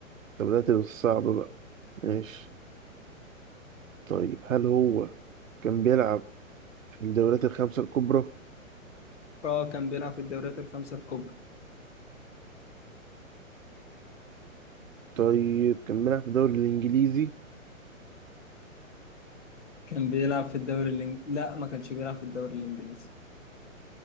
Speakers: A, on the right (about 70°); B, on the left (about 55°).
A: طب بدأت بالصعب بقى ماشي طيب هل هو كان بيلعب في الدوريات الخمسة الكبرى؟
B: اه كان بيلعب في الدوريات الخمسة الكبرى
A: طيب كان بيلعب في الدوري الإنجليزي
B: كان بيلعب في الدوري الإنجليزي لا ما كانش بيلعب في الدوري الإنجليزي